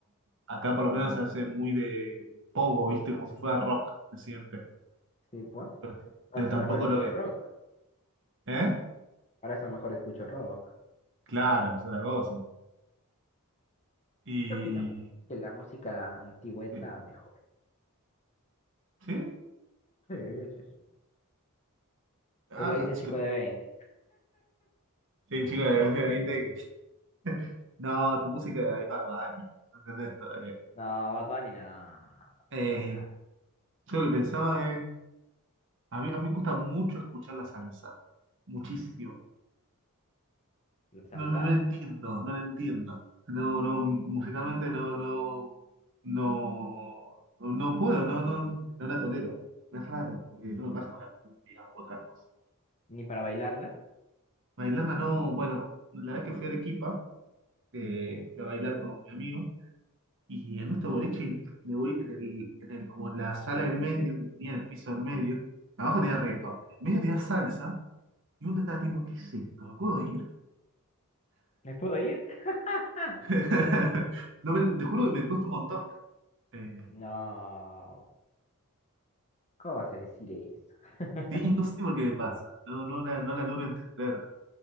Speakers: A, on the right; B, on the left.
A: Acá por lo menos se hace muy de pogo, ¿viste? Como si fuera rock, se siente.
B: Sí, pues.
A: Pero,
B: Para
A: pero
B: eso
A: tampoco
B: mejor escucho
A: lo es.
B: rock.
A: ¿Eh?
B: Para eso mejor escucho rock.
A: Claro, es otra cosa. Y.
B: Yo opino que la música antigua está
A: eh,
B: mejor.
A: ¿Sí?
B: Sí, sí, sí.
A: Ah,
B: Te lo dice
A: ah,
B: el chico
A: yo-
B: de veinte.
A: sí, chico de 20 que. <laughs> No, tu música de Alfa Dani. No entendés todavía.
B: No, Bad Bunny, no.
A: Eh,
B: Ah,
A: yo lo que pensaba es. A mí, a mí me gusta mucho escuchar la salsa. Muchísimo.
B: la salsa,
A: No, no, no entiendo, no lo entiendo. No, no, musicalmente no, no, no, no, no puedo, no, no, no la tolero. Es raro, porque no me pasa con la cumbia u otra cosa.
B: ni para bailarla.
A: Bailarla no, bueno, la vez que fui a Arequipa, eh,
B: Sí.
A: fui a bailar con mi amigo, y en este boliche, en el, boli- en el- en el- como en la sala del medio, que tenía el piso del medio, abajo tenía reggaetón, en el medio tenía salsa, y uno estaba tipo, ¿qué es esto? ¿Me puedo ir?
B: ¿Me puedo ir? <laughs>
A: <laughs> No me- te juro que me cuesta un montón. Eh,
B: No. ¿Cómo vas a decir eso? <laughs>
A: Sí, no sé por qué me pasa, no, no la, no la logro entender.